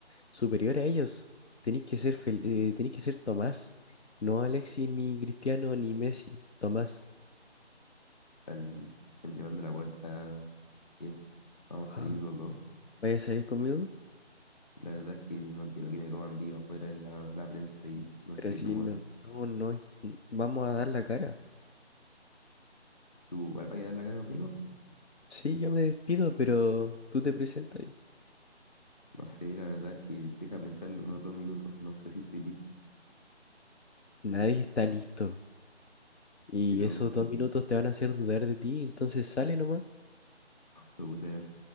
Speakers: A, on the left; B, on the left.
A: superior a ellos. Tenés que ser fel- eh, tenés que ser Tomás, no Alexis, ni Cristiano, ni Messi, Tomás.
B: Están, están llevando la puerta, Kiel. Vamos
A: Ah,
B: a salir los dos.
A: ¿vaya a salir conmigo?
B: La verdad es que no quiero que me coman vivo afuera en la, la prensa y
A: Mm.
B: no
A: Pero
B: estoy
A: si
B: de humor.
A: no, no, no, es- n- vamos a dar la cara.
B: ¿Tú igual vas a dar la cara conmigo?
A: Sí, yo me despido, pero tú te presentas. y
B: No sé, la verdad es que deja pensarlo unos dos minutos. No sé si estoy listo,
A: Nadie está listo. Y
B: pero...
A: esos dos minutos te van a hacer dudar de ti, entonces sale nomás.
B: Me gusta,